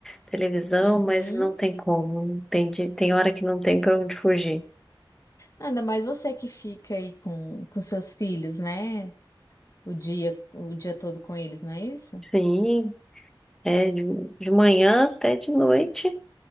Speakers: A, in the centre; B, on the left.
A: televisão,
B: Uhum.
A: mas não tem como. Não Tem, dia- tem hora que não tem pra onde fugir.
B: Ainda mais você que fica aí com, com seus filhos, né? O dia, o dia todo com eles, não é isso?
A: Sim, é de, de manhã até de noite.